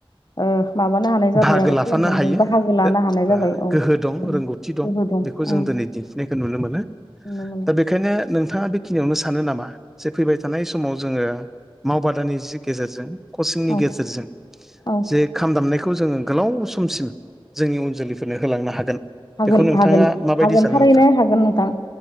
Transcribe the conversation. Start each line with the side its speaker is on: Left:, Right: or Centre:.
Left: ओ माबानो हानाय जाबाय
Centre: बाहागो
Left: आरो
Centre: लाफानो
Left: खालामनो हानाय
Centre: हायो
Left: बाहागो लानो हानाय
Centre: बा
Left: जाबाय औ
Centre: गोहो दं
Left: उम
Centre: रोंगौथि दं।
Left: गोहो
Centre: बेखौ जों
Left: उम
Centre: दिनै दिन्थिनायखौ नुनो मोनो
Left: नुनो मोनो
Centre: दा बेखायनो नोंथांङा बे खिनियावनो सानो नामा जे फैबाय थानाय समाव जोंङो मावबादानि जि गेजेरजों कचिंनि
Left: औ
Centre: गेजेरजों
Left: औ
Centre: जे खाम दामनाय खौ जोंङो गोलाव समसिम जोंनि उन जोलैफोरनो होलांनो हागोन?
Left: हागोन
Centre: बेखौ नोंथाङा
Left: हागोन
Centre: माबायदि
Left: हागोन
Centre: सानो
Left: थारैनो
Centre: नोंथां
Left: हागोन नोंथां।